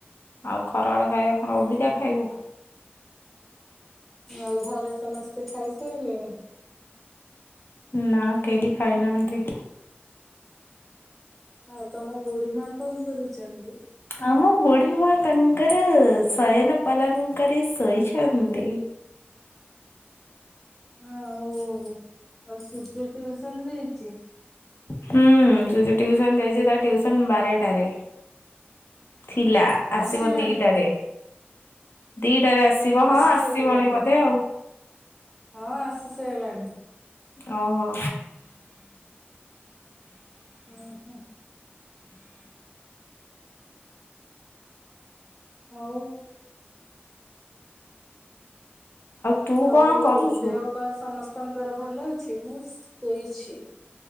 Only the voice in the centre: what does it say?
ହୁଁ
ହୁଁ
ଆଉ ଘରେ ସମସ୍ତେ ଖାଇସାଇଲେଣି?
ଆଉ ତମ ବୁଢୀ ମାଆ କଣ କରୁଛନ୍ତି?
ଆଉ ଆଉ ସୂର୍ଯ୍ୟ ଟିଉସନ ଯାଇଛି?
ଆସିଲାଣି
ଆସି
ସାଇଲାଣି
ହଁ ଆସି ସାଇଲାଣି।
ଉଁ ହୁଁ। ହଉ।
ଆଉ
ଦେହ ପାହ ସମସ୍ତଙ୍କର ଭଲ ଅଛି? ମୁଁ ଶୋଇଛି।